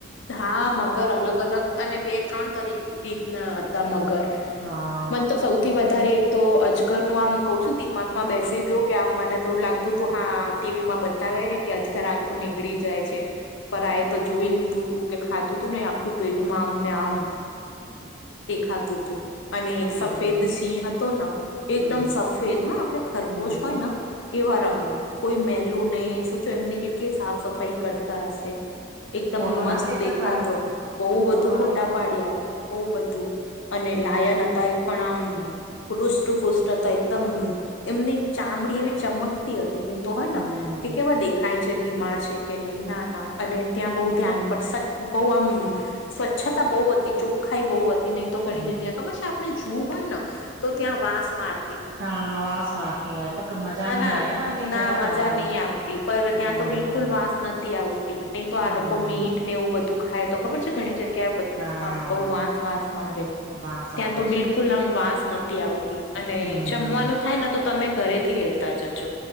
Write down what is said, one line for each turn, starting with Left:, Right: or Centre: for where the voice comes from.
Left: હા મગર અલગ અલગ અને બે ત્રણ તરી રીતના હતા મગર.
Right: હા
Left: મન તો સૌ થી વધારે એક તો અજગર નું આમ કઉ છું દિમાગમાં બેસી ગ્યુ કે આમ મને તો એવુ લાગતું તું હા ટી વી માં બતાવે કે અજગર આખું નીગળી જાય છે પર આયે તો જોઈ લીધું. કે ખાતું તું નને આખું પેટમાં આમ ને આમ દેખાતું હતું. અને
Right: હમ
Left: એક સફેદ
Right: હમ
Left: સિંહ હતો ને એકદમ
Right: હમ હમ
Left: સફેદ હા આપણે ખરગોશ
Right: હમ હમ
Left: હોય ને. એવા રંગ કોઈ મેલું નહી શુંચો એમને કેટલી સાફ સફાઈ કરતા હશે. એકદમ
Right: ફોટો
Left: મસ્ત
Right: ના ખેંચો
Left: દેખાતો
Right: તમે
Left: હતો બહુ બધું
Right: ફોટો
Left: ફોટા
Right: નહી
Left: પાડ્યા બહુ બધું. અને લાયા
Right: હ
Left: ન હતા એ. પણ આમ રુષુ ફુસ્ટ હતા એકદમ એમની ચામડી એવી ચમક. હતી નહી તો હોય ને
Right: હમ
Left: કે કેવા દે. ખાય જે બીમાર છે કે નહીં નાના અને ત્યાં બહુ ધ્યાન. પણ બહ આમ સ્વચ્છતા બહુ હતી ચોખ્ખાઈ બહુ હતી નહી તો ઘણી
Right: હમ
Left: જગ્યા ખબર છે. જોવું હોય ને તો ત્યાં વાંસ માર.
Right: હા વાસ મારતી હોય તો મજા
Left: ના
Right: ન
Left: ના
Right: આયોય એની
Left: ના
Right: જગા
Left: મજા
Right: જવાનું.
Left: નહી આવતી પર
Right: હમ
Left: ત્યાં તો બિલકુલ
Right: હમ
Left: વાસ નથી આવતી. નહી તો આ
Right: હમ
Left: લોકો મીટ ને એવું બધું ખાય તો ખબર છે ઘણી જગ્યાએ.
Right: હા
Left: આ બહુ વાંસ વાસ મારે
Right: વાસ
Left: ત્યાં
Right: આવે
Left: તો
Right: છે
Left: બિલકુલ આમ વાંસ નથી આવતી. અને
Right: હમ
Left: જમવાનું
Right: હમ
Left: થાય ને તો તમે ઘરેથી લેતા જજો.